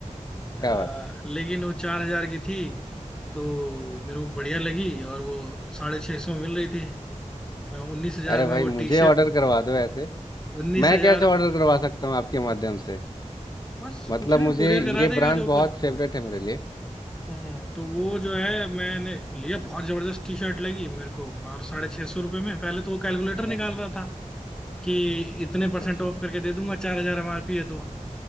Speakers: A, on the left (about 30°); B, in the centre.
A: क्या
B: अ,
A: बात
B: लेकिन वो चार हजार की थी तो मेरे को बढ़िया लगी और वो साढ़े छः सौ में मिल रही थी मैं उन्नीस हजार
A: अरे
B: में
A: भाई
B: वो
A: मुझे
B: टी शर्ट
A: ऑर्डर करवा दो ऐसे
B: उन्नीस
A: मैं
B: हजार
A: कैसे ऑर्डर करवा सकता हूँ आपके माध्यम से
B: बस
A: मतलब
B: कुछ नहीं
A: मुझे
B: कोरियर
A: ये
B: करा देगा
A: ब्रांड
B: जो
A: बहुत
B: कुछ
A: फेवरेट है मेरे लिए
B: हम्म तो वो जो है मैंने लिया बहुत जबरदस्त टी शर्ट लगी मेरे को और साढ़े छह सौ रुपये में पहले तो वो कैलकुलेटर निकाल
A: नहीं
B: रहा था कि इतने
A: अच्छा अच्छा
B: परसेंट
A: अच्छा
B: ऑफ
A: अच्छा
B: करके दे दूंगा चार हजार एमआरपी है तो